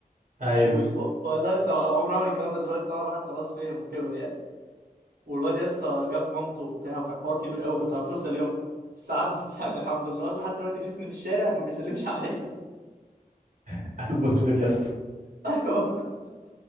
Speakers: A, on the right; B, on the right.
A: ايوه
B: و- و- والله لسه عمره عمل الكلام ده دلوقتي طبعا الواحد خلاص فهم وكبر يعني والواد لسه جاب مامته وبتاع وكان حوار كبير قوي كنت هتفصل يومها بس عدت <laughs> يعني الحمد لله الواد لحد دلوقتي بيشوفني في الشارع ما بيسلمش عليا
A: <laughs> قلب اسود يا اسطى
B: ايوه